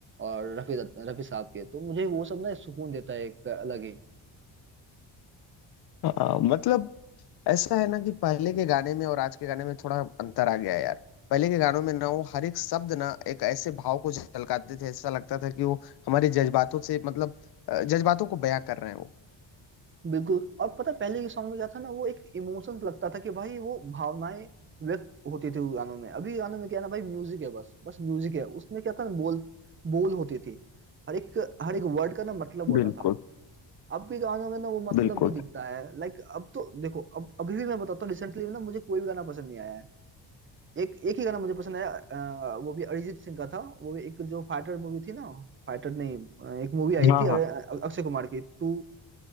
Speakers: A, on the right; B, on the left.
A: और रफी दत्त- रफी साहब के तो मुझे वो सब ना एक सुकून देता है एक अलग ही
B: हाँ मतलब ऐसा है ना कि पहले के गाने में और आज के गाने में थोड़ा अंतर आ गया है यार पहले के गानों में ना वो हर एक शब्द ना एक ऐसे भाव को झलकाते थे ऐसा लगता था कि वो हमारे जज्बातों से मतलब अ, जज्बातों को बयां कर रहे हैं वो
A: बिल्कुल और पता है, पहले के सॉन्ग में क्या था ना वो एक इमोशंस लगता था कि भाई वो भावनाएं व्यक्त होती थी उस गानों में अभी गानों में क्या है ना भाई म्यूजिक है बस बस म्यूजिक है उसमें क्या था ना बोल बोल होती थी हर एक हर एक वर्ड का ना मतलब होता
B: बिल्कुल
A: था अब भी गानों में ना वो मतलब
B: बिल्कुल
A: नहीं दिखता है लाइक अब तो देखो अब अभी भी मैं बताता हूँ रिसेंटली ना मुझे कोई भी गाना पसंद नहीं आया है एक एक ही गाना मुझे पसंद आया अ, वो भी अरिजीत सिंह का था वो भी एक जो फाइटर मूवी थी ना फाइटर नहीं अ, एक मूवी आई
B: हाँ
A: थी अ,
B: हाँ
A: अ- अक्षय कुमार की तू